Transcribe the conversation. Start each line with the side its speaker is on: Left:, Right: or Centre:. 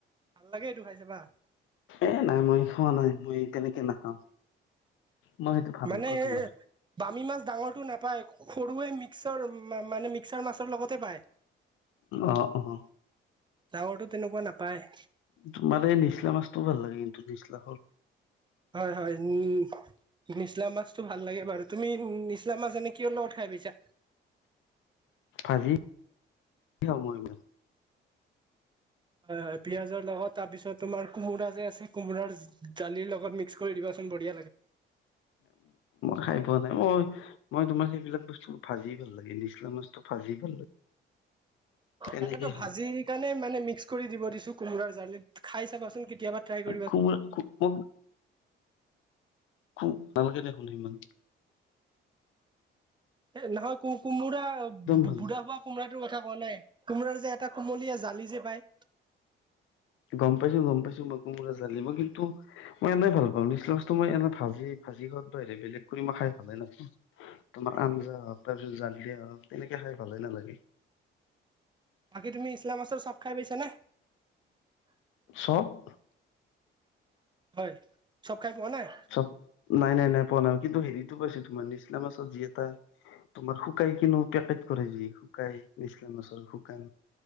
Right: ভাল লাগে এইটো খাই যাবা
Left: এ নাই মই খোৱা নাই মই তেনেকে নাখাওঁ মই সেইটো ভাল
Right: মানে
Left: নাপাওঁ তোমাৰ
Right: বামী মাছ ডাঙৰটো নাপায় সৰুৱে মিক্সৰ মানে মিক্সাৰ মাছৰ লগতে পায়
Left: অ অ
Right: যাৱৰটো তেনেকুৱা নাপায়
Left: তোমাৰ এই নিচলা মাছটো ভাল লাগে কিন্তু নিচলা হল
Right: হয় হয় উ নিচলা মাছতটো ভাল লাগে বাৰু তুমি উম নিছলামাাজনে কিয় লগত খাই পিছা
Left: আজি খ মই ইমান
Right: অ পিয়াজৰ লগত তাৰ পিছত তোমাৰ কোমোৰা যে আছে কোমোৰাৰ দালিৰ লগত মিক্স কৰি দিবা বঢিয় লাগে
Left: খাই পোৱা নাই মই মই তোমাৰ সেইবিলাক বস্তু ভাজি ভাল লাগে নিচলা মাছটো ভাজি ভাল লাগে তেনেকে
Right: তাকেতো
Left: খাওঁ
Right: ভাজি কাৰণে মানে মিক্স কৰি দিব দিছো কোমোৰাৰ জাল খাই চাবাচোন কেতিয়াবা ট্ৰাই কৰি
Left: খুব খ খ খু নালকে দেখোনহিমান
Right: হ নহয়ো কোমোৰা বুঢ়া
Left: ভাল নাপাওঁ।
Right: হোৱা কোমোৰা টো কথা কোৱা নাই কোমোৰাৰ যে এটা কোমলীয়া জালি যে পায়
Left: গম পাইছো গম পাইছো মই কোমোৰা জালিব কিন্তু মই এনেই ভাল পাওঁ নিচনা বস্তু মই এনে ভাজি ভাজি ঘ ব বেলেগ কৰি মই খাই ভালে নাাপ তোমাৰ আঞ্জা হওক তাৰ পিছত জাল দিয়া হওক তেনেকে খাই ভালে নালাগে
Right: বাকী তুমি ইছলাম আাছল চব খাই পাইছা নে
Left: অফ
Right: হয় চব খাই পোৱা নাই
Left: চব নাই নাই নাই পোৱা নাই কিন্তু হেৰিতটো পাইছো তোমাৰ নিচলামা চত যি এটা তোমাৰ শুকাই কিনো পেকেট কৰে যি শুকাই বিছ মাছৰ শুকান